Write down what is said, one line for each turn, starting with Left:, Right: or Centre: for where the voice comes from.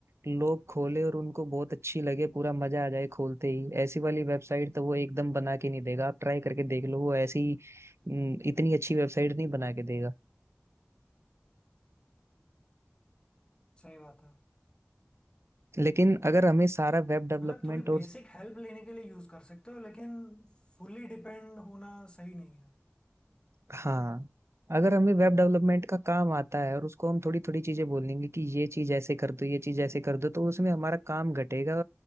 Right: लोग खोले और उनको बहुत अच्छी लगे पूरा मजा आ जाए खोलते ही ऐसी वाली वेबसाइट तो वो एकदम बना के नहीं देगा आप ट्राई करके देख लो वो ऐसी हम्म, इतनी अच्छी वेबसाइट नहीं बना के देगा
Left: सही बात है
Right: लेकिन अगर हमें सारा वेब डेवलपमेंट
Left: मतलब थोड़ी
Right: और
Left: बेसिक हेल्प लेने के लिए यूज कर सकते हो लेकिन फुली डिपेंड होना सही नहीं है
Right: हाँ अगर हमें वेब डेवलपमेंट का काम आता है और उसको हम थोड़ी थोड़ी चीजें बोलेंगे कि ये चीज ऐसे कर दो ये चीज ऐसे कर दो तो उसमें हमारा काम घटेगा